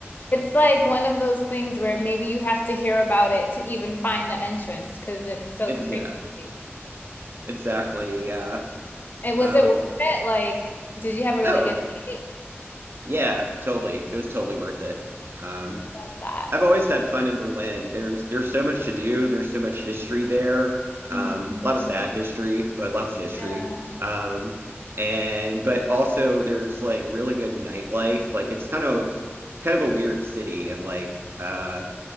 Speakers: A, on the left; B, on the right.
A: It's like one of those things where maybe you have to hear about it to even find the entrance because it's so
B: It's
A: crazy.
B: yeah, exactly. Yeah.
A: And was
B: Um,
A: it worth it? Like, did you have a really
B: oh,
A: good night
B: yeah, totally. It was totally worth it. Um,
A: of that?
B: I've always had fun in Berlin. There's there's so much to do. There's so much history there.
A: Mhm.
B: Um, a lot of sad history, but lots of history.
A: Yeah.
B: Um, and but also there's like really good nightlife. Like it's kind of kind of a weird city and like uh